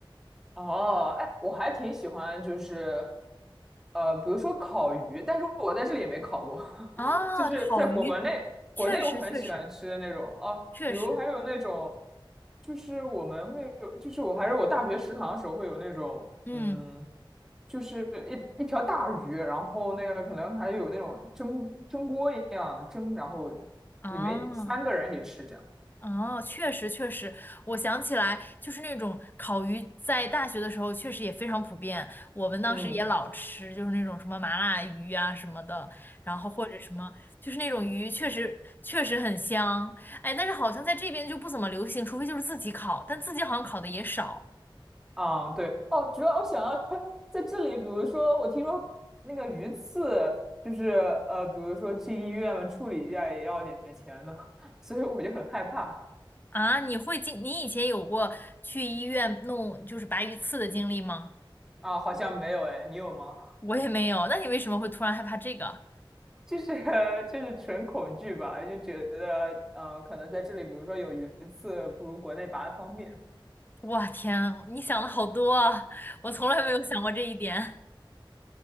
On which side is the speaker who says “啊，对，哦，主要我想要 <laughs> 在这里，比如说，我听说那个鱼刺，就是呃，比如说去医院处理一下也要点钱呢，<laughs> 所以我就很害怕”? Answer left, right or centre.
Centre